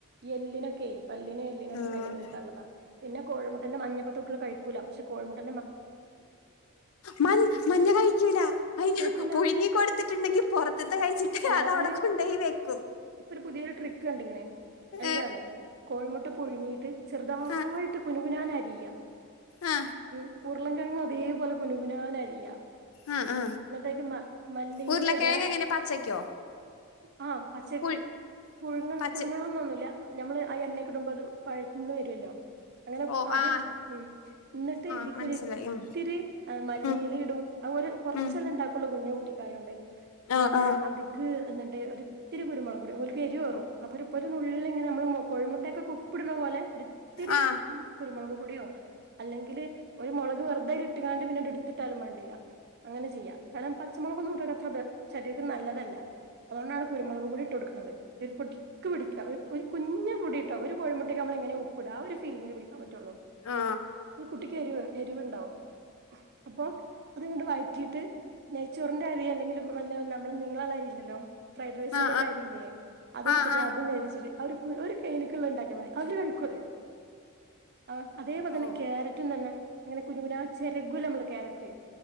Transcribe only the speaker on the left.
ആഹ്
മൻ മഞ്ഞ കഴിക്കൂല അയിന്
പുഴുങ്ങി കൊടുത്തിട്ടുണ്ടെങ്കി പൊറതിത്തെ കഴിച്ചിട്ട്
അത് അവിടെ കൊണ്ടോയി വെക്കും
ഏ
ആ
ആ
ആ ആ
ഉരുളക്കിഴങ്ങ്
എങ്ങനെ പച്ചക്കോ
പുഴു
പച്ച
ഓ
ആ
ആ
മനസ്സിലായി ഉം
ഉം
ഉം
ആ
ആ
ആ
ആ
ആ ആ
ആ ആ
ഓ